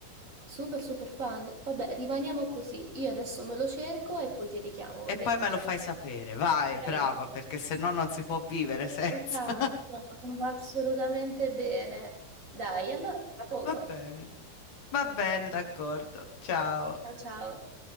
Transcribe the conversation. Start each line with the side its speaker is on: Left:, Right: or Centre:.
Right: super super fan. Vabbè, rimaniamo così. Io adesso me lo cerco e poi ti richiamo,
Left: E
Right: va bene?
Left: poi me lo fai sapere, vai,
Right: Dai.
Left: brava, perché se no non si può vivere senza.
Right: Esatto,
Left: <laughs>
Right: no, non va assolutamente bene. Dai, allora tra poco.
Left: Va bene, va bene, d'accordo. Ciao.
Right: Ciao ciao.